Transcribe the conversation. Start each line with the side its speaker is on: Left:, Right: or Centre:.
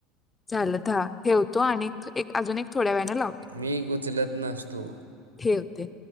Left: झालं दहा. ठेवतो आणि एक अजून एक थोड्या वेळाने लावतो.
Right: मी उचलत नसतो.
Left: ठेवते.